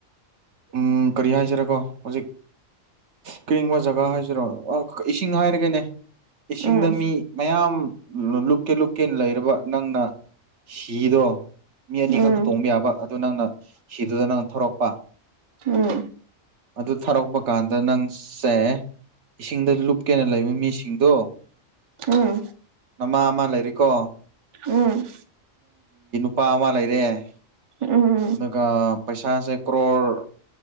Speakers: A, on the right; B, on the right.
A: ꯎꯝ ꯀꯔꯤ ꯍꯥꯏꯖꯤꯔꯒꯣ ꯍꯧꯖꯤꯛ ꯀꯔꯤꯕ ꯖꯒꯥ ꯍꯥꯏꯁꯤꯔꯣ ꯏꯁꯤꯡ ꯍꯥꯏꯔꯒꯦꯅꯦ ꯏꯁꯤꯡꯗ
B: ꯎꯝ
A: ꯃꯤ ꯃꯌꯥꯝ ꯂꯨꯞꯀꯦ ꯂꯨꯞꯀꯦꯅ ꯂꯩꯔꯕ ꯅꯪꯅ ꯍꯤꯗꯣ ꯃꯤ ꯑꯅꯤꯈꯛꯇ
B: ꯎꯝ
A: ꯇꯣꯡꯕ ꯌꯥꯕ ꯑꯗꯨ ꯅꯪꯅ ꯍꯤꯗꯨꯗ ꯅꯪꯅ ꯊꯧꯔꯛꯄ
B: ꯎꯝ
A: ꯑꯗꯨ ꯊꯥꯔꯛꯄ ꯀꯥꯟꯗ ꯅꯪ ꯁꯦ ꯏꯁꯤꯡꯗ ꯂꯨꯞꯀꯦꯅ ꯂꯩꯕ ꯃꯤꯁꯤꯡꯗꯣ
B: ꯎꯝ
A: ꯑꯃ ꯑꯃ ꯂꯩꯔꯤꯀꯣ
B: ꯎꯝ
A: ꯅꯨꯄꯥ ꯑꯃ ꯂꯩꯔꯦ
B: ꯎꯝ
A: ꯑꯗꯨꯒ ꯄꯩꯁꯥꯁꯦ ꯀ꯭ꯔꯣꯔ